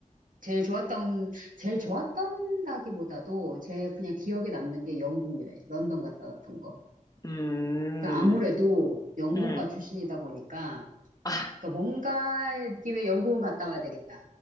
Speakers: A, on the right (about 75°); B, on the left (about 25°).
A: 제일 좋았던, 제일 좋았던다기보다도 제 그냥 기억에 남는 게 영국 여행, 런던 갔다 왔던 거.
B: 음,
A: 그러니까 아무래도 영문과
B: 음,
A: 출신이다 보니까,
B: <laughs> 아,
A: 그러니까 뭔가 느낌의 영국은 갔다 와야 되겠다.